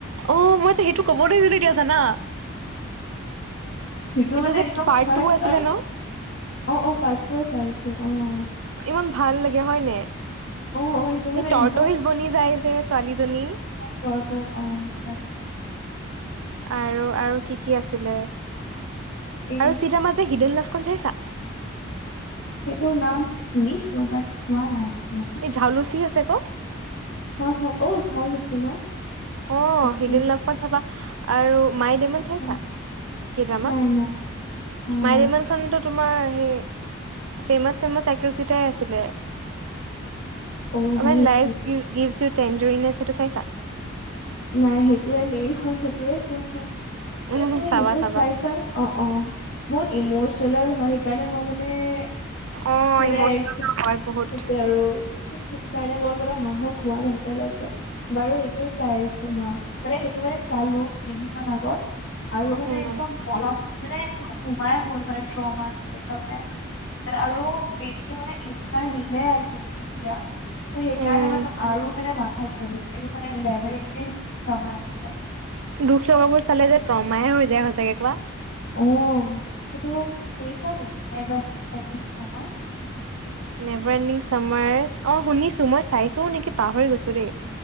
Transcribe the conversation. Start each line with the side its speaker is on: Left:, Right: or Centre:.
Right: অঁ, মইতো সেইটো ক'ব ধৰিছিলোঁ এতিয়া জানা।
Left: সেইটো মানে
Right: যে
Left: একদম
Right: পাৰ্ট
Left: ফাৰ্ষ্ট
Right: টু আছিলে
Left: আৰু-
Right: ন?
Left: অঁ অঁ পাৰ্ট টু চাইছো অঁ।
Right: ইমান ভাল লাগে হয় নাই।
Left: অ অ সেইটো মানে
Right: সেই
Left: একদম
Right: টৰটইছ বনি যায় যে ছোৱালীজনী।
Left: তই তই অ ত-
Right: আৰু আৰু কি কি আছিলে?
Left: এই
Right: আৰু চিত আ মা হৃদল্লাভখন চাইছা?
Left: সেইটো নাম শুনিছো বাত চোৱা নাই। সেইটো।
Right: এই ঝাউলুচি আছে ক।
Left: অ হ ঝাউলুছি ন।
Right: অ
Left: অকে।
Right: হিদল্লাভখন চাবা আৰু। মাই
Left: আচ্ছা
Right: দেম
Left: আচ্ছা
Right: চাইছা কেদেমা
Left: নাই নাই না
Right: মাইদেমা-
Left: না
Right: খনো তোমাৰ সেই ফেমাচ ফেমাচ এক্ট্ৰছ কেইটাই আছিলে।
Left: অ
Right: আমি
Left: হয় নেকি?
Right: লাইফ গিভ গিভচি ই টেন টুৰিনেছ সেইটো চাইছা।
Left: নাই সেইটোৱে মেন হয় সেইটোৱে চোৱা না
Right: উম
Left: সেইটো
Right: চাবা চাবা
Left: চাই চাঙ। অ অ বহুত ইমচনেল হয় সেইকাৰণে মই মানে-
Right: অ
Left: মানে
Right: ইমোচনেল
Left: সেই
Right: হয় বহুত
Left: যে আৰু- সেই কাৰণে মই মানে সাহস হোৱা নাই এতিয়ালৈকে বাৰু সেইটো চাইছ- তোমাৰ মানে সেইটো মানে চালো কেইদিনমান আগত আৰু মানে
Right: উম
Left: একদম মনত- মানে সোমাই গ'ল মানে ড্ৰ'মাছ ত মানে- মানে আৰু বেছি মানে ইনষ্টাৰ ৰিলে আহি- এতিয়া ত সেইকাৰণে
Right: উম
Left: মানে আৰু মানে মাথা চলি আছে এইবোৰ লেভাৰিং- ছময় আছিলে।
Right: দুখ লগাবোৰ চালে যে ট্ৰমায়ে হৈ যায় সঁচাকে কোৱা।
Left: অ সেইটো শুনিছা নেকি নেভাৰনিং টেনদিং চামাৰ।
Right: নেভাৰনিং চামাৰ অ শুনিছো মই চাইছো নেকি পাহৰি গৈছো দেই।